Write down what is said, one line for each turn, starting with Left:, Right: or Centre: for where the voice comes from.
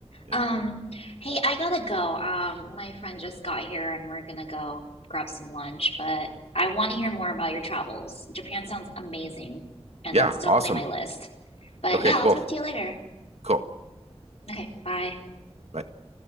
Right: Yeah.
Left: Um, hey, I gotta go. Um, my friend just got here and we're gonna go grab some lunch, but I want to hear more about your travels. Japan sounds amazing, and
Right: Yeah.
Left: that's definitely
Right: Awesome.
Left: my list. But
Right: Okay,
Left: yeah,
Right: cool.
Left: I'll talk to you later.
Right: Cool.
Left: Okay, bye.
Right: Bye.